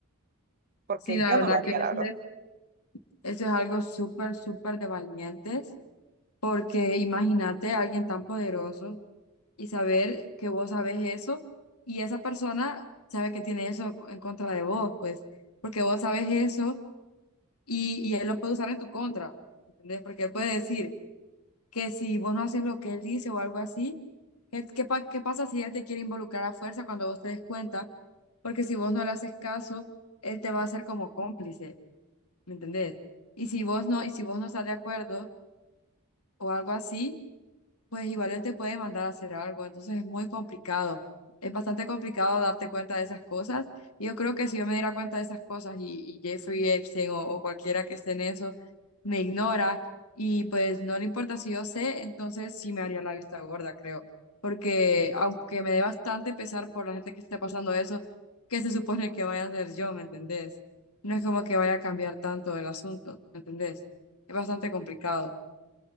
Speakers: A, on the right; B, on the left.
A: porque
B: Sí, la
A: yo
B: verdad
A: no lo haría,
B: que ese-
A: la verdad.
B: eso es algo súper, súper de valientes, porque imagínate a alguien tan poderoso y saber que vos sabes eso y esa persona sabe que tiene eso en contra de vos, pues, porque vos sabes eso y, y él lo puede usar en tu contra, ¿entendés? Porque él puede decir, que si vos no haces lo que él dice o algo así, ¿qué, qué, pa- qué pasa si él te quiere involucrar a fuerza cuando vos te des cuenta? Porque si vos no le haces caso, él te va a hacer como cómplice, ¿me entendés? Y si vos no, y si vos no estás de acuerdo o algo así, pues igual él te puede mandar a hacer algo, entonces es muy complicado, es bastante complicado darte cuenta de esas cosas, y yo creo que si yo me diera cuenta de esas cosas y, y Jeffrey Epstein o, o cualquiera que esté en eso me ignora y pues no le importa si yo sé, entonces sí me haría la vista gorda, creo, porque aunque me dé bastante pesar por la gente que esté pasando eso, ¿qué se supone que vaya a hacer yo, me entendés? No es como que vaya a cambiar tanto el asunto, ¿me entendés? Es bastante complicado